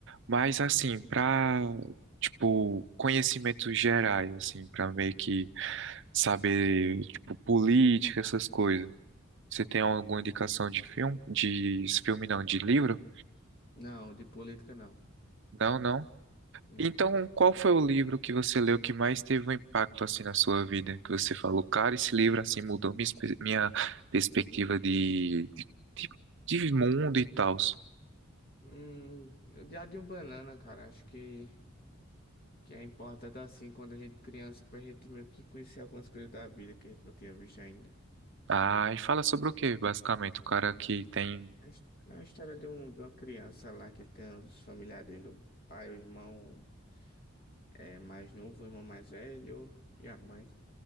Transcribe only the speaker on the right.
Mas, assim, para, tipo, conhecimentos gerais, assim, para meio que saber, tipo, política, essas coisas. Você tem alguma indicação de filme? De filme não, de livro?
Não, não.
Então, qual foi o livro que você leu que mais teve um impacto, assim, na sua vida? Que você falou, cara, esse livro, assim, mudou minha, espe- minha perspectiva de, de, de de mundo e tal.
Ah, e fala sobre o quê, basicamente? O cara que tem.